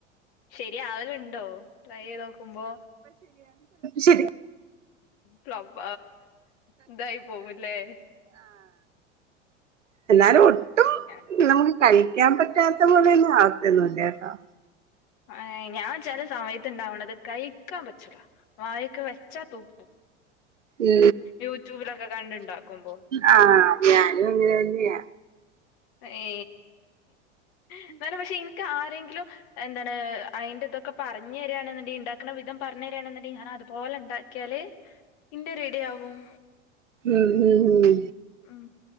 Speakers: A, on the left (about 55°); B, on the right (about 85°).
A: ശരി ആവലുണ്ടോ ട്രൈ ചെയ് നോക്കുമ്പോ
B: ശരി
A: പ്പ ഇന്തായി പോവുംല്ലേ
B: എല്ലാരും ഒട്ടും
A: ഏഹ്
B: നമുക്ക് കഴിക്കാൻ പറ്റാത്ത പോലെ തന്നെ ആ ഒന്നുമില്ല കേട്ടോ <unintelligible>
A: ഏ ഞാൻ ചില സമയത്ത് ഇണ്ടാവണ്ടത് കഴിക്കാൻ പറ്റൂല വായൊക്കെ വെച്ചാ തുപ്പും
B: ഉ
A: യൂട്യൂബിലൊക്കെ കണ്ടുണ്ടാക്കുമ്പോ
B: ആ ഞാനും അങ്ങനെ തന്നെയ
A: ഏ ഇന്നലും പക്ഷെ എനിക്ക് ആരെങ്കിലും എന്താണ് അതിന്റെറ ഇൊക്കെ പറഞ്ഞ് തരികയാണെന്നുണ്ടങ്കിൽ ഉണ്ടാക്കുന്ന വിധം പറഞ്ഞു തരിയാണുങ്ക ഞാൻ അതുപോലെ ഉണ്ടാക്കിയാല് ഇന്റത് റെഡിയാവും
B: ഉം ഉ ഉ
A: ഉം